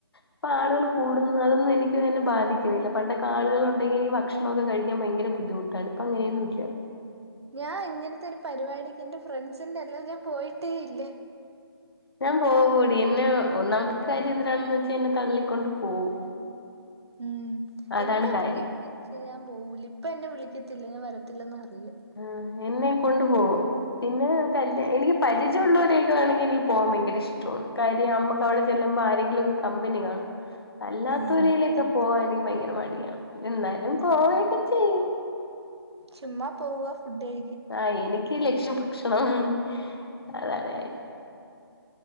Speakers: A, on the left; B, on the right.
A: ഇപ്പ ആള്കള് കൂടുന്നു അതൊന്നും എനിക്ക് എന്നെ ബാധിക്ക്ന്നില്ല പണ്ടൊക്കെ ആള്കളൊണ്ടെങ്കി എനി ഭക്ഷ്ണവൊക്കെ കഴിക്കാൻ ഭയങ്കര ബുദ്ധിമു ട്ടാണ് ഇപ്പോ അങ്ങനെയൊന്നൂല്ല
B: ഞാൻ ഇങ്ങനത്തെ ഒരു പരുവാടിക്കെന്റെ ഫ്രൺസ്ന്റെയല്ലാതെ ഞാൻ പോയിട്ടേയില്ല
A: ഞാൻ പോവുവെടി എന്നെ ഒന്നാമത്തെ കാര്യവെന്ത് രാണെന്ന് വെച്ചാ എന്നെ തള്ളിക്കൊണ്ട് പോവും
B: ഉം
A: അതാണ്
B: എന്നെ
A: കാര്യം
B: വിളിക്കും പക്ഷേ ഞാൻ പോവൂല ഇപ്പ എന്നെ വിളിക്കത്തില്ല ഞാൻ വരത്തില്ലന്നറിയ
A: ആഹ് എന്നേം കൊണ്ടു പോവും പിന്നെ കല്യാ എനിക്ക് പരിചയൊള്ളോരെയൊക്കെയാണെങ്കി എനിക്ക് പോവാൻ ഭയങ്കര ഇഷ് ഷ്ടോണ് കാര്യം നമ്മക്ക് അവിടെ ചെല്ലുമ്പോ ആരെങ്കിലുവൊക്കെ കമ്പനി കാണും അല്ലാത്തോരേലൊക്കെ
B: ഉം സത്യം
A: പോവാൻ എനിക്ക് ഭയങ്കര മടിയാണ് എന്നാലും പോവേക്കെ ചെയ്യും
B: ചുമ്മാ പോവാ ഫുഡഴി
A: ആ എനിക്ക് ലക്ഷ്യം ഭക്ഷണവാണ് അതാണ് കാര്യം